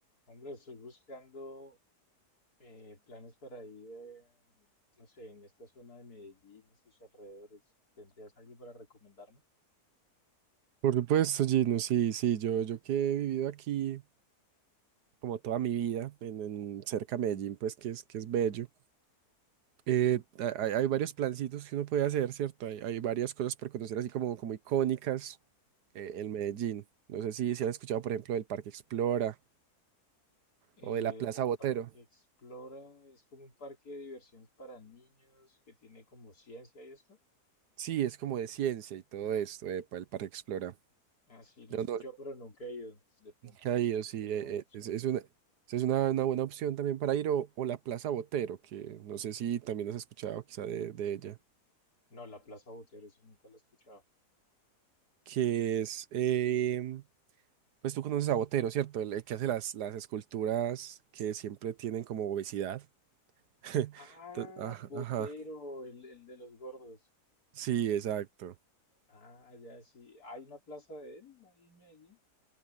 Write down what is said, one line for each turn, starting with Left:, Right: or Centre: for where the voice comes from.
Left: Hombre, estoy buscando eh, planes para ir, eh, no sé, en esta zona de Medellín y sus alrededores. ¿Tendrías algo para recomendarme?
Right: Por supuesto, Gino, sí, sí, yo, yo que he vivido aquí como toda mi vida, en, en cerca de Medellín, pues que es, que es bello. eh, ha- hay, hay varios plancitos que uno puede hacer, ¿cierto? Hay, hay varias cosas por conocer así como, como icónicas eh, en Medellín. No sé si, si han escuchado, por ejemplo, del Parque Explora
Left: Eh,
Right: o de la Plaza
Left: el
Right: Botero.
Left: Parque Explora es como un parque de diversiones para niños que tiene como ciencia y esto.
Right: Sí, es como de ciencia y todo esto, epa, el Parque Explora.
Left: Ah, Sí, lo
Right: Yo
Left: he escuchado,
Right: no
Left: pero nunca he ido. De pronto
Right: he ido,
Left: puede
Right: sí,
Left: ser una
Right: eh,
Left: buena
Right: eh,
Left: opción.
Right: es, es una, Es una, una buena opción también para ir o, o la Plaza Botero, que no sé si también has escuchado quizá de, de ella.
Left: No, la Plaza Botero sí nunca la he escuchado.
Right: que es, em, pues tú conoces a Botero, ¿cierto? El, el que hace las, las esculturas que siempre tienen como obesidad. <laughs>
Left: Ah,
Right: Entonces, ajá,
Left: Botero,
Right: ajá.
Left: el, el de los gordos.
Right: sí, exacto.
Left: Ah, ya sí. ¿Hay una plaza de él ahí en Medellín?